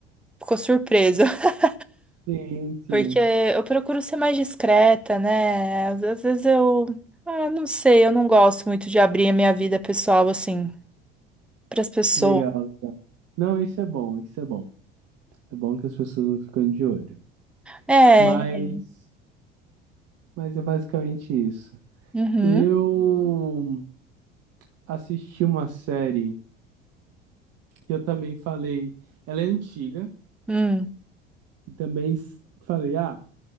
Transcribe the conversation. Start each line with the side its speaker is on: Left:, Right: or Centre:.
Centre: ficou surpresa. <laughs>
Right: Sim, sim.
Centre: Porque eu procuro ser mais discreta, né? Às, às vezes eu. Ah, não sei, eu não gosto muito de abrir a minha vida pessoal, assim, pras pessoas.
Right: Legal, legal. Não, isso é bom, isso é bom. É bom que as pessoas não ficam de olho.
Centre: É.
Right: Mas, mas é basicamente isso.
Centre: Uhum.
Right: Eu assisti uma série que eu também falei, ela é antiga,
Centre: Hum.
Right: e também s- falei, ah,